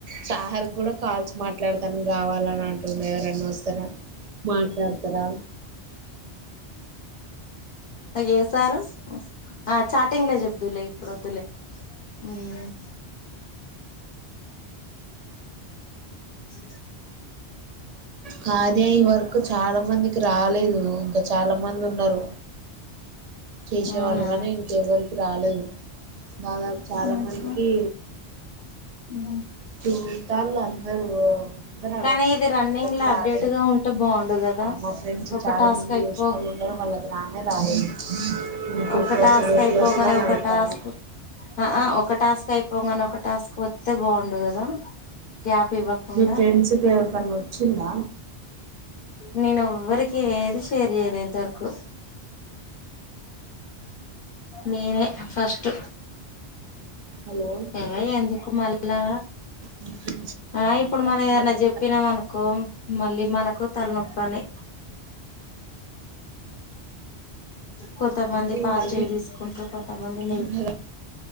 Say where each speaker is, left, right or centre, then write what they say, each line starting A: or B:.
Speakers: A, on the right (about 50°); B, on the left (about 60°).
A: సారుగ్గుడ కాల్స్ మాట్లాడతాన్కి గావాలని అంటుమ్డు, ఎవరైనా వస్తరా మాట్లాడ్ తరా
B: ఏ సారు ఆ చాటింగ్ల చెబ్వ్దులే ఇప్పుడోద్దులే, ఉమ్ స
A: కార్య ఈ వర్కు చాల మందికి రాలేదు ఇంక చాలా మందున్నరు. చేసేవాళ్ళుగనీ
B: అవునా
A: ఇంకెవ్వరికి రాలేదు దాదాపు చాలా
B: ఉహు
A: మందికి
B: ఉమ్
A: చుత్తాల్లందరు ఓ అందరదే
B: కానీ
A: చెప్తుళ్లు
B: ఇది రన్నింగ్
A: కని ఎవ్వరికి
B: లో
A: రాలేదు.
B: అప్డేట్ గా ఉంటే బాగుండు కదా
A: మా ఫ్రెండ్స్
B: ఒక
A: చాలా
B: టాస్క్
A: మంది
B: అయిపో
A: తెల్సినోళ్ళున్నరు వాళ్ళకు రానే రాలేదు. ఇంకెప్పుడు
B: ఒక టాస్క్
A: వస్తదో ఎప్పుడు
B: అయిపోన్గనే
A: వస్తదో అని
B: ఒక
A: అడుగుతాండ్రు
B: టాస్క్ ఆ ఆ ఒక్ ఒక టాస్క్ అయిపోగానే ఒక టాస్క్ ఒత్తె బాగున్ వుండు గదా గ్యాప్ ఇవ్వకుండ
A: మీ ఫ్రెండ్స్ కి ఎవరికన్నా వచ్చిందా
B: నేనోవ్వరికి ఏది షేర్ జేయలె ఇంతవరకు నేనె ఫస్ట్
A: హలో
B: ఆ ఎందుకు మళ్ళా,
A: మీ ఫ్రెండ్స్
B: ఆ ఇప్పుడు మనం ఏదన్న
A: ఎవరికి
B: జెప్పినమనుకో
A: రా
B: ఓ మళ్ళీ మనకు తలనొప్పని కొంతమంది
A: ఎప్పుడు
B: పాజిటీవ్
A: వాళ్ళు
B: తీసుకుంట్రూ, కొంతమంది
A: చెప్తారు
B: నెగటివ్
A: కదా